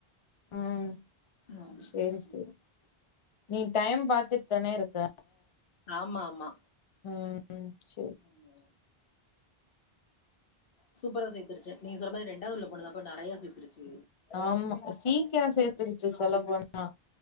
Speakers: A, on the left; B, on the left.
A: ம்
B: ம்
A: சரி சரி நீ டயம் பாத்துட்டு தானே இருக்க
B: ஆமா ஆமா
A: ம் சரி
B: அமா சூப்பரா சேத்துருச்சு நீ சொல்ற மாரி ரெண்டாவதுள்ள பொண்ணுதாப்ப நெறையா சேத்துருச்சு
A: ஆமா சீக்கிர சேத்துருச்சு சொல்ல போனா